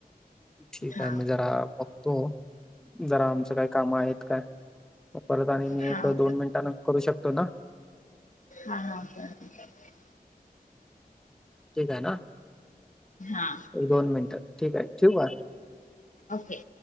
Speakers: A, in the centre; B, on the left (about 55°).
A: ठीक
B: हा
A: आहे मी जरा बघतो जरा आमचं काही काम आहेत काय? परत आणि मी
B: हा
A: एक
B: हा
A: दोन मिनिटाने करू शकतो ना.
B: हा हा <unintelligible>
A: ठीक आहे ना
B: हा
A: दोन मिनिटं ठीक आहे ठेऊ का?
B: ओके